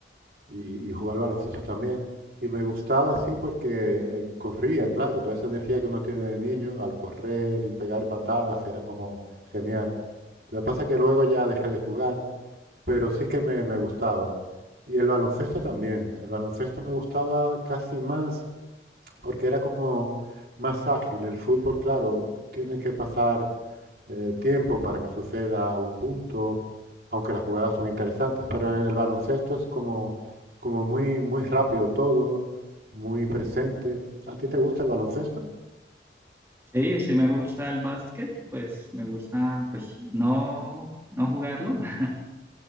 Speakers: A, on the right; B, on the right.
A: y, y jugué al baloncesto también. Y me gustaba sí, porque eh, corría, claro, toda esa energía que uno tiene de niño al correr y pegar patadas era como genial. Lo que pasa es que luego ya dejé de jugar. pero sí que me, me gustaba. Y el baloncesto también. El baloncesto me gustaba casi más porque era como más ágil. El fútbol, claro, tiene que pasar eh, tiempo para que suceda un punto, aunque las jugadas son interesantes, pero en el baloncesto es como, como muy, muy rápido todo, muy presente. ¿A ti te gusta el baloncesto?
B: Sí, sí me gusta el básquet, pues me gusta pues no, no jugarlo. <laughs>